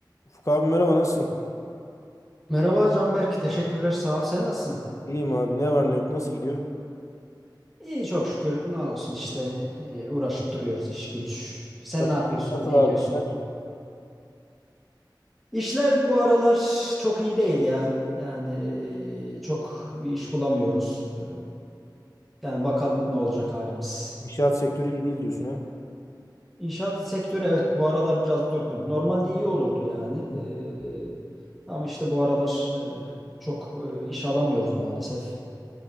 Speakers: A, on the left; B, in the centre.
A: Ufuk abi merhaba nasılsın?
B: Merhaba Canberk, teşekkürler sağ ol. Sen nasılsın?
A: İyiyim abi ne var ne yok nasıl gidiyor?
B: İyi çok şükür ne olsun işte e, uğraşıp duruyoruz iş güç. Sen
A: Nasıl,
B: ne yapıyorsun,
A: nasıl
B: ne
A: abi
B: ediyorsun?
A: işler?
B: İşler bu aralar çok iyi değil ya. Yani e, çok bir iş bulamıyoruz. E, yani bakalım ne olacak halimiz.
A: İnşaat sektörü iyi değil diyorsun ha?
B: İnşaat sektörü evet bu aralar biraz durgun. Normalde iyi olurdu yani. E,
A: Hı
B: ama işte bu aralar e, çok e, iş alamıyoruz maalesef.